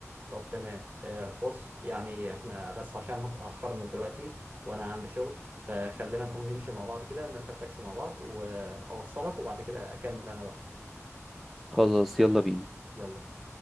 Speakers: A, on the right; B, in the centre.
A: طب تمام آه، بص يعني احنا بس عشان اتأخرنا دلوقتي وانا عندي شغل فخلينا نقوم نمشي مع بعض كده نركب تاكسي مع بعض واوصلك وبعد كده اكمل انا بقى
B: خلاص يلا بينا
A: يلا بينا